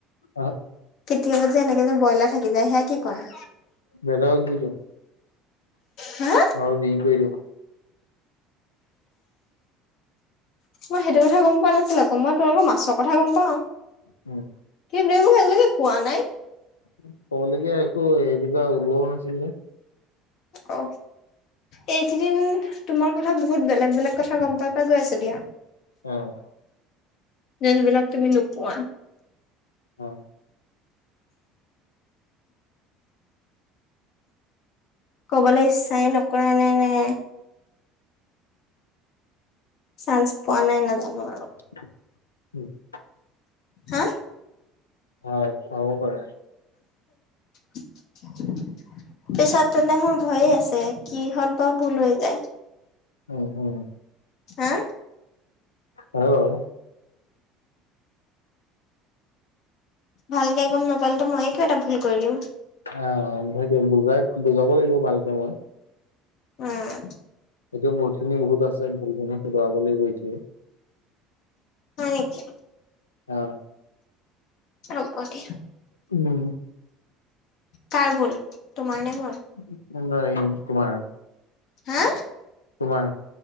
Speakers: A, on the left; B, on the left.
A: আহ
B: কেতিয়াবা যে এনেকে যে ব্ৰইলাৰ থাকি যায় সেয়া কি কৰা?
A: বেলেগক দি দিও।
B: হা
A: নহল বিক্ৰী কৰি দিও।
B: মই সেইটো কথা গম পোৱা নাছিলো আকৌ মই তোমালোকৰ মাছৰ কথা গম পাও।
A: উম।
B: কিন তেওঁ মোক আজিলৈকে কোৱা নাই?
A: ক'লৈকে একো সেনেকুৱা ওলোৱাও নাছিল যে।
B: অ। এইকেইদিন তোমাৰ কথা বহুত বেলেগ - বেলেগ কথা গম পাই পাই গৈ আছো দিয়া।
A: অ।
B: যেনবিলাক তুমি নোপোৱা।
A: অহ।
B: ক'বলৈ ইচ্ছাই নকৰা নে নে চান্স পোৱা নাই নাজানো আৰু।
A: <inaudible>
B: হা?
A: হয় পাবো পাৰে।
B: <unintelligible> পেছাত তেনে মোৰ ভয়ে আছে, কিহত বাৰু ভুল হৈ যায়?
A: উম উম।
B: হা?
A: হয় বাৰু।
B: ভালকে গম নাপালোতো মই কিবা এটা ভুল কৰি দিম।
A: অ অ সেইটো বুজাই বুজাব লাগিব ভালকে মই।
B: উম।
A: এইটো বহুতখিনি ভুল আছে, ভুলখিনি শুধৰাব লাগিব এতিয়া।
B: হয় নেকি?
A: অ।
B: এ হব দিয়া।
A: উম।
B: কাৰ ভুল? তোমাৰ নে ভুল?
A: <unintelligible> তোমাৰ।
B: হা!
A: তোমাৰ